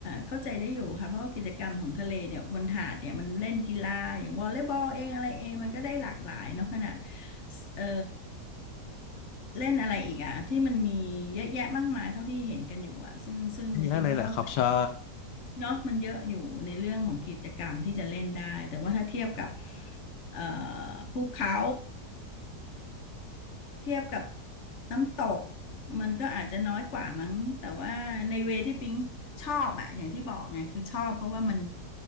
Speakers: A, on the left (about 45°); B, on the left (about 80°).
A: เข้าใจได้อยู่ค่ะ เพราะว่ากิจกรรมของทะเลเนี่ยบนหาดเนี่ยมันเล่นกีฬาอย่างวอลเลย์บอลเองอะไรเองมันก็ได้หลากหลายเนาะขนาดเออเล่นอะไรอีกอะที่มันมีเยอะแยะมากมายเท่าที่เห็นกันอยู่อะซึ่งซึ่งปิงก็เข้าใจ
B: เยอะเลยแหละครับใช่
A: เนาะมันเยอะอยู่ในเรื่องของกิจกรรมที่จะเล่นได้แต่ว่าถ้าเทียบกับเอ่อภูเขาเทียบกับน้ำตกมันก็อาจจะน้อยกว่ามั้งแต่ว่าในเวที่ปิงชอบอะอย่างที่บอกไงคือชอบเพราะว่ามัน